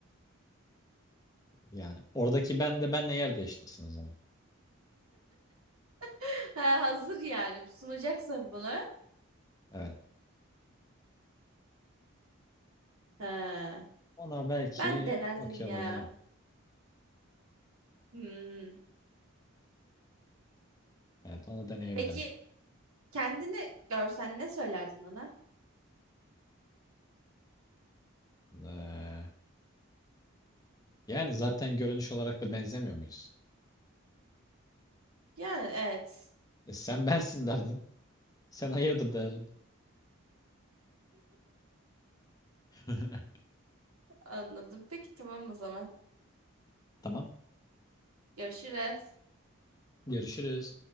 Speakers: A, on the left (about 15°); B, on the right (about 85°).
A: Yani oradaki ben de benle yer değiştirsin o zaman.
B: <laughs> Ha, hazır yani. Sunacaksın bunu.
A: Evet.
B: Ha,
A: Ona belki
B: ben denerdim
A: okey olabilirim.
B: ya. Hmm.
A: Evet onu deneyebilirdim.
B: Peki kendini görsen ne söylerdin ona?
A: Ee, yani zaten görünüş olarak da benzemiyor muyuz?
B: Yani evet.
A: E, sen <laughs> bensin derdim. Sen hayırdır derdim. <laughs>
B: <laughs> Anladım. Peki tamam o zaman.
A: Tamam.
B: Görüşürüz.
A: Görüşürüz.